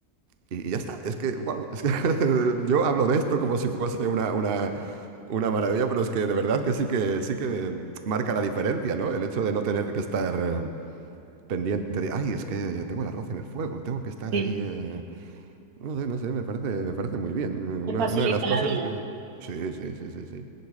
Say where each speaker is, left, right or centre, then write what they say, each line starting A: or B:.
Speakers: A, on the right (about 45°); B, on the right (about 70°).
A: Y, y ya está. Es que, wow, es que <laughs> yo hablo de esto como si fuese una, una, una maravilla, pero es que de verdad que sí que sí que marca la diferencia, ¿no? El hecho de no tener que estar eh, pendiente de, ay, es que tengo el arroz en el fuego, tengo que estar
B: Sí,
A: ahí. eh". No sé, no sé, me parece, me parece muy bien. Eh, Una,
B: te facilita
A: una de las cosas
B: la vida.
A: que. Sí, sí, sí, sí, sí.